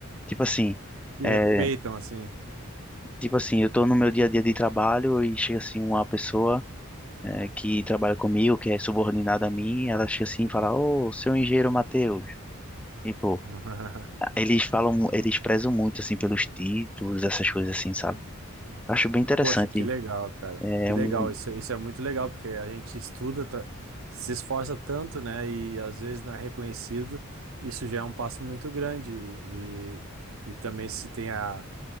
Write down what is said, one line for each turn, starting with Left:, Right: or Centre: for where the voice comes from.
Centre: Tipo assim,
Right: Te
Centre: eh,
Right: respeitam assim.
Centre: tipo assim, eu tô no meu dia a dia de trabalho e chega assim uma pessoa eh, que trabalha comigo, que é subordinada a mim, ela chega assim e fala, ô, seu engenheiro Matheus. Tipo,
Right: <laughs>
Centre: eles falam, eles prezam muito assim pelos títulos, essas coisas assim, sabe? Acho bem interessante.
Right: Poxa, que legal, cara.
Centre: É
Right: Que legal.
Centre: um
Right: Isso, isso é muito legal, porque a gente estuda, tra- se esforça tanto, né? E às vezes não é reconhecido. Isso já é um passo muito grande. E, e também se tem a,